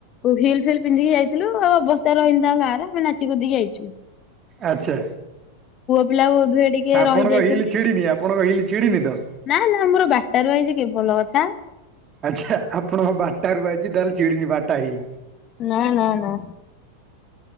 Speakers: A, on the left (about 30°); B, on the right (about 25°).
A: ହିଲ୍ ଫିଲ୍ ପିନ୍ଧିକି ଯାଇଥିଲ ଆଉ ଅବସ୍ାରେ ରହନି ତାଙ୍କ ଗାଁରେ ଆମେ ନାଚି କୁଦିକି ଯାଇଚୁ।
B: ଆଚ୍ଛା
A: ପିଲା ବୋଧୁଏ ଟିକେ
B: ଆପଣଙ୍କ
A: ରହିଯାଇଛନ୍ତି
B: ହିଲ୍ ଛିଡ଼ିନି ଆପ ଆପଣଙ୍କ ହିଲ ଛିଡିନି ତ?
A: ନା ନା ଆମର ବାଟାରୁ ଆଇଛି କେ ଭଲ କଥା।
B: ଆଚ୍ଛା ଆପଣଙ୍କ ବାଟାରୁ ଆଇଚି ତାହେଲେ ଛିଡିନି ବାଟା ହେଇ
A: ନା ନା ନା।